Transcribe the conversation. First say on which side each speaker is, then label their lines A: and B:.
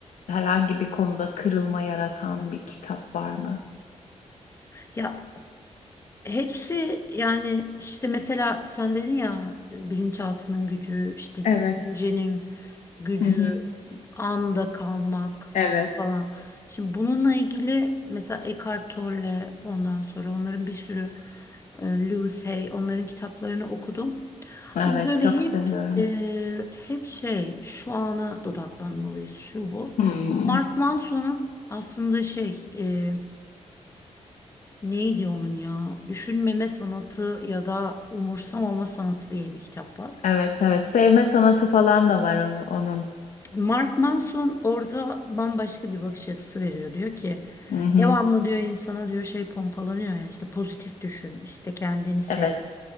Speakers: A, on the left; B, on the left.
A: herhangi bir konuda kırılma yaratan bir kitap var mı?
B: ya Hepsi yani işte mesela sen dedin ya e, bilinçaltının gücü, işte
A: Evet.
B: düşüncenin gücü,
A: Hı hı.
B: anda kalmak
A: Evet.
B: falan. Şimdi bununla ilgili mesela Eckhart Tolle ondan sonra onların bir sürü e, Lewis Hay onların kitaplarını okudum.
A: Evet
B: Ama böyle
A: çok
B: hep
A: seviyorum.
B: e, hep şey şu ana dodaklanmalıyız şu bu.
A: Hmm.
B: Mark Manson'un aslında şey e, Neydi onun ya? Düşünmeme sanatı ya da umursamama sanatı diye bir kitap var.
A: Evet evet. Sevme sanatı falan da var onu, onun.
B: Mark Manson orada bambaşka bir bakış açısı veriyor. Diyor ki
A: Hı hı.
B: devamlı diyor insana diyor şey pompalanıyor ya işte pozitif düşün işte kendini sev.
A: Evet.